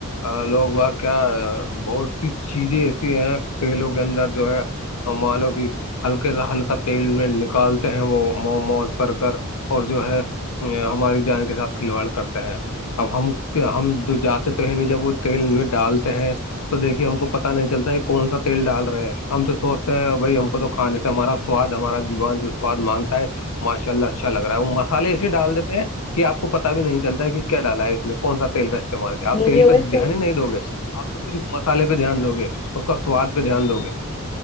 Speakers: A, on the left (about 85°); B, on the left (about 25°).
A: <unintelligible> لوگ ب کیا بہت سی چیزیں ایسی ہیں کھیلوں کے اندر جو ہے <unintelligible> مانو کہ ہلکے سا ہلکا تیل میں نکالتے ہیں وہ موموز برگر <unintelligible> اور جو ہے ہماری جان کے ساتھ کھلواڑ کرتے ہیں <unintelligible> اب ہم ہم جاتے تو ہے نہیں جب وہ تیل میں ڈالتے ہیں <unintelligible> تو دیکھیے ہم کو پتا نہیں چلتا ہے کہ کون سا تیل ڈال رہ ہے ہم تو سوچتے ہیں بھائی ہم کو تو کھاےتے ہمارا <unintelligible> سواد ہمارا زبان جو سواد مانگتا ہے ماشاء اللہچ <unintelligible> لگ رہا ہے وہ مسالے اسے ڈال دیتے ہیں کہ آپ کو پتا بھی نہیں چلتا کہ کیا ڈالا ہے اس نے کون سا تیل رہ <unintelligible> مار آپ
B: ہاں
A: تیل
B: جی وہی
A: پہ دھیان
B: تو
A: ہی نہیں دو گے آپ تو صرف مسالے پہ دھیان دو گے اس کا <unintelligible> سواد پہ دھیان دو گے